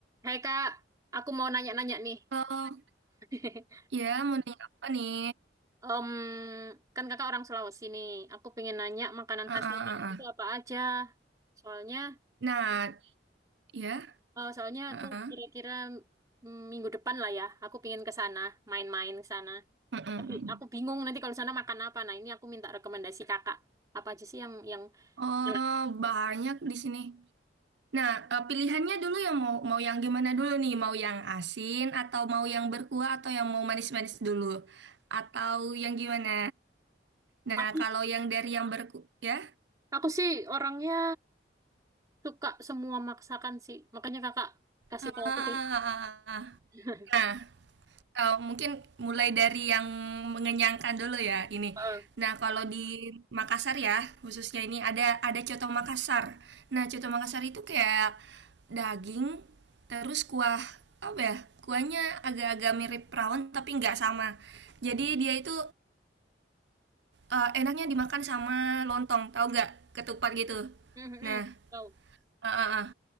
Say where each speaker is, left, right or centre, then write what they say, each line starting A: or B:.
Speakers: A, on the right (about 20°); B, on the right (about 75°).
A: Hai Kak, aku mau nanya-nanya nih.
B: Oh,
A: <laughs>
B: ya mau nanya apa nih?
A: Em, kan Kakak orang Sulawesi nih. Aku pengen nanya makanan
B: Ah,
A: khasnya
B: ah,
A: Kakak
B: ah,
A: itu
B: ah.
A: apa aja. Soalnya,
B: Nah, ya.
A: eh, soalnya
B: ah,
A: aku
B: ah.
A: kira-kira mm, minggu depan lah ya. Aku pengen ke sana, main-main ke sana.
B: Mm-mm,
A: Tapi
B: mm.
A: aku bingung nanti kalau sana makan apa. Nah ini aku minta rekomendasi Kakak. Apa aja sih yang yang
B: Oh,
A: enak?
B: banyak di sini. Nah, eh, pilihannya dulu yang mau mau yang gimana dulu nih? Mau yang asin atau mau yang berkuah atau yang mau manis-manis dulu? Atau yang gimana? Nah,
A: Aku
B: kalau yang dari yang berkuah ya.
A: aku sih orangnya suka semua masakan sih. Makanya Kakak kasih
B: Ah,
A: tahu
B: ah,
A: aku deh.
B: ah, ah.
A: <laughs>
B: Nah, Eee, mungkin mulai dari yang mengenyangkan dulu ya ini.
A: Heeh.
B: Nah kalau di Makassar ya khususnya ini ada ada coto Makassar. Nah coto Makassar itu kayak daging, terus kuah apa ya, kuahnya agak-agak mirip rawon tapi nggak sama. Jadi dia itu, eee, enaknya dimakan sama lontong, tahu nggak? Ketupat gitu.
A: Mhm,
B: Nah
A: tahu.
B: Heeh, heeh.